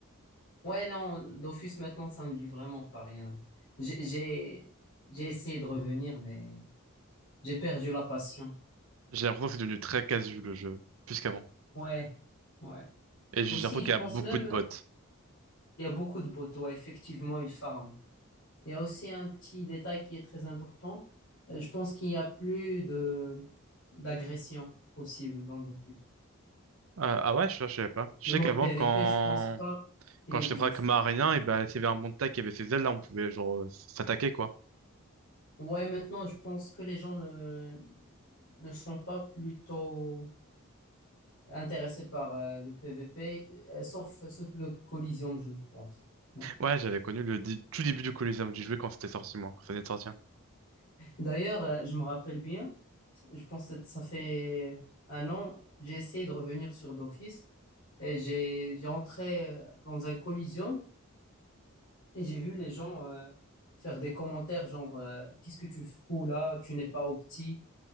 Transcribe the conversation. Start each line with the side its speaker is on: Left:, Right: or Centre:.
Left: Ouais, non, Dofus maintenant, ça me dit vraiment pas rien. J'ai j'ai j'ai essayé de revenir, mais j'ai perdu la passion.
Right: J'ai l'impression que c'est devenu très casu le jeu, plus qu'avant.
Left: Ouais, ouais.
Right: Et j'ai
Left: Aussi,
Right: l'impression qu'il
Left: je
Right: y
Left: pense
Right: a beaucoup
Left: même
Right: de bots.
Left: il y a beaucoup de poteaux. Effectivement, ils farment. Il y a aussi un petit détail qui est très important. Euh, Je pense qu'il n'y a plus de d'agression possible dans Dofus.
Right: Euh, ah ouais, je, je savais pas. Je
Left: Le
Right: sais
Left: mode
Right: qu'avant,
Left: PVP,
Right: quand...
Left: je pense pas qu'il
Right: Quand
Left: existe.
Right: j'étais braquemarien, et ben, s'il y avait un montagne qui avait ces ailes-là, on pouvait genre euh, s'attaquer, quoi.
Left: Ouais, maintenant, je pense que les gens ne, ne sont pas plutôt intéressés par euh, le PVP, euh, sauf, sauf le Coliseum, je pense. Ouais.
Right: Ouais, j'avais connu le di- tout début du Coliseum. J'y jouais quand c'était sorti, moi, quand ça venait de sortir.
Left: D'ailleurs, euh, je me rappelle bien, je pense que ça fait un an, j'ai essayé de revenir sur Dofus. Et j'ai j'ai entré euh, dans un collision et j'ai vu les gens euh, faire des commentaires genre euh, qu'est-ce que tu fous là, tu n'es pas au petit.